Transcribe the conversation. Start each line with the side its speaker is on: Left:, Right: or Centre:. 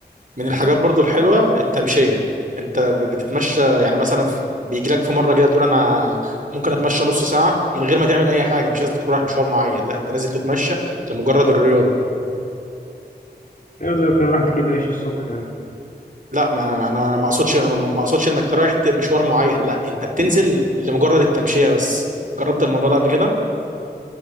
Right: من الحاجات برضو الحلوه التمشيه انت بتتمشى يعني مثلا في- بيجي لك في مره كده تقول انا ممكن اتمشى نص ساعه من غير ما تعمل اي حاجه مش لازم تكون رايح مشوار معين لا انت نازل تتمشى لمجرد الرياضه
Left: أيوه زي ما كنا راحت كده بعيش الصبح يعني
Right: لا ما انا انا ما اقصدش انا ما اقصدش انك رايح ت- مشوار معين لا انت بتنزل لمجرد التمشيه بس جربت الموضوع ده قبل كده